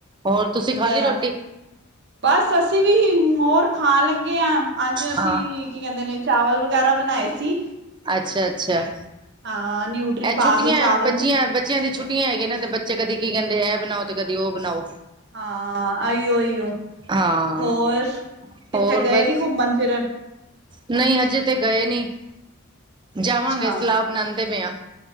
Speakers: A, on the right (about 20°); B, on the right (about 55°).
A: ਹੋਰ ਤੁਸੀਂ
B: ਵਧੀਆ
A: ਖਾ ਲਈ ਰੋਟੀ।
B: ਆ ਬਸ ਅਸੀਂਂ ਵੀ ਹੋਰ। ਖਾਣ ਲੱਗੇ ਹਾਂ ਅੱਜ ਅਸੀਂ
A: ਹਾਂ
B: ਕੀ ਕਹਿੰਦੇ ਨੇ ਚਾਵਲ ਵਗੈਰਾ ਬਣਾਏ ਸੀ।
A: ਅੱਛਾ-ਅੱਛਾ।
B: ਹਾਂ ਨਿਊਟਰੀ
A: ਇਹ
B: ਪਾ
A: ਛੁੱਟੀਆਂ
B: ਕੇ ਚਾਵਲ
A: ਬੱਚੀਆਂ ਬੱਚਿਆਂ ਦੀ ਛੁੱਟੀਆਂ ਹੈਗੀਆ ਨੇ ਤੇ ਬੱਚੇ ਕਦੇ ਕੀ ਕਹਿੰਦੇ ਕਦੇ ਇਹ ਬਣਾਓ ਤੇ ਕਦੀ ਉਹ ਬਣਾਓ।
B: ਹਾਂ ਆਈਓ ਆਈਓ।
A: ਹਾਂ
B: ਹੋਰ ਕਿੱਥੇ
A: ਹੋਰ
B: ਗਏ
A: ਬਸ
B: ਨੀ ਘੁੰਮਣ ਫਿਰਨ?
A: ਨਹੀਂ ਹਜੇ ਤੇ ਗਏ ਨੀ, ਜਾਵਾਂਗੇ
B: ਅੱਛਾ
A: ਸਲਾਹ ਬਣਾਉਂਦੇ ਪਏ ਆ।